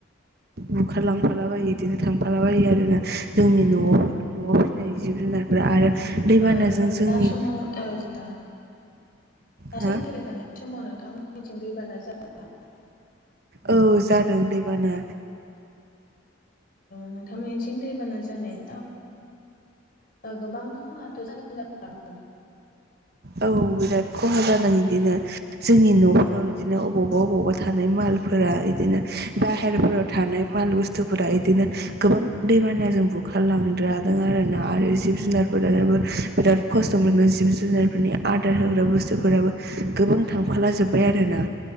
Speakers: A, on the right (about 50°); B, on the left (about 45°).
A: बुखारलांफालाबायो बिदिनो थां मालाबायो आरोना जोंनि न'आवफोर न'आव फिसिनाय जिब जुनारफोरा आरो दैबानाजों
B: ओ
A: जोंनि
B: दा समाव ओजा दाथाय
A: हा
B: सोलिबाय थानाय समाव नोंथांमोननिथिं दैबाना जागोन नामा
A: औ जादों दैबाना
B: नोंथांमोननिथिं दैबाना जानाय गोबां खहाथ' जादों
A: औ बिराद खहा जादों बिदिनो जोंनि न'फोराव बिदिनो अबावबा अबावबा थानाय माल बिदिनो
B: हागौ।
A: बाहेरफोराव
B: औ
A: थानाय माल बुस्थुफोरा इदिनो गोबां दैबानाजों बुखारलांद्रादों आरोना आरो जिब जुनारफोराबो बिराद खस्थ' मोनो जिब जुनार फोरनि आदार होग्रा बुस्थुफोराबो गोबां थांफाला जोब्बाय आरो ना